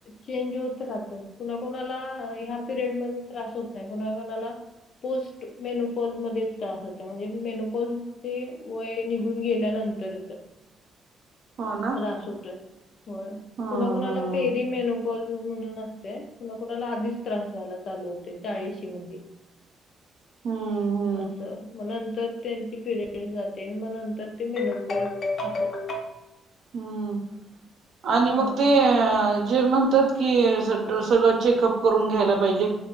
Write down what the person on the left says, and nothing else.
चेंज होत राहतं कुणाकणाला ह्या पिरियड मध्ये त्रास होत नाही कुणाकुणाला पोस्ट मेनोपॉझ मध्ये त होत म्हणजे मेनोपॉझचे वय निघून गेल्यानंत तरचं
त्रास होतोय होय
कुणाकुणाला पेरी मेनोपॉझ म्हणून असतय कुणा कुणाला आधीच त्रास व्हायला चालू होतोय चाळीशी मध्ये
असं मग नंतर त्यांची पिरियड जाते मग नंतर ते मेनोपॉझ <inaudible> <inaudible>
हम्म.